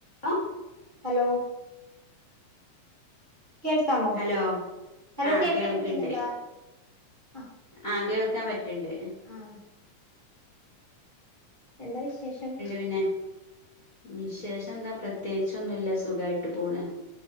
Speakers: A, on the left; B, on the right.
A: ആ
B: ഹലോ കേൾക്കാമോ
A: hello
B: hello
A: ആഹ്
B: കേൾക്കാൻ
A: കേൾക്ക്ണ്ട്
B: പറ്റുന്നുണ്ടാ ആ
A: ആക കേൾക്കാൻപ റ്റ്ണ്ട്
B: ആ എന്താ വിശേഷം
A: പിന്നെ വിശേഷം എന്താ പ്രത്യേകിച്ചൊന്നുമില്ല സുഖമായിട്ട് പോണ്